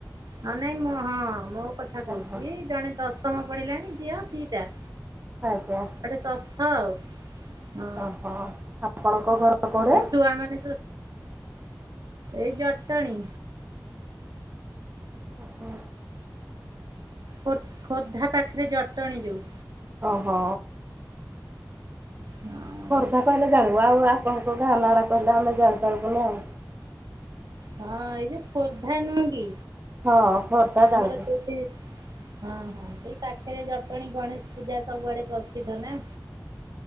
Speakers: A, on the right; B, on the right.
A: ହଁ ନାଇଁ ମ ହଁ ମୋ କଥା କହୁଚି
B: ଓହୋ
A: ଜଣେ ଦଶମ ପଢିଲାଣି ଝିଅ ଦିଟା।
B: ଆଜ୍ଞା।
A: ଆଉ ଗୋଟେ ଷଷ୍ଠ ଆଉ। ହଁ
B: ଓହୋ। ଆପଣଙ୍କ ଘର କୁଆଡେ?
A: ଏଇ ଛୁଆ ମାନେ ଏଇ ଜଟଣୀ।
B: ଓ ହୋ।
A: ଖୋ ଖୋର୍ଦ୍ଧା ପାଖରେ ଜଟଣି ଯଉ।
B: ଓହୋ।
A: ହଁ
B: ଖୋର୍ଦ୍ଧା କହିଲେ ଜାଣିବୁ। ଆଉ ଆପଣଙ୍କ ଗାଁ ନାରା କହିଲେ ଆମେ ଜାଣିପାରିବୁନି ଆଉ।
A: ହଁ ଏଇ ଯୋଉ ଖୋର୍ଦ୍ଧା ନୁହେଁ କି
B: ହଁ ଖୋର୍ଦ୍ଧା ଜାଣିଛୁ।
A: ଆମର ଯୋଉଠି ହଁ ହଁ ଏଇ ପାଖରେ ଜଟଣୀ ଗଣେଶ ପୂଜା ସବୁଆଡେ ପ୍ରସିଦ୍ଧ ନା।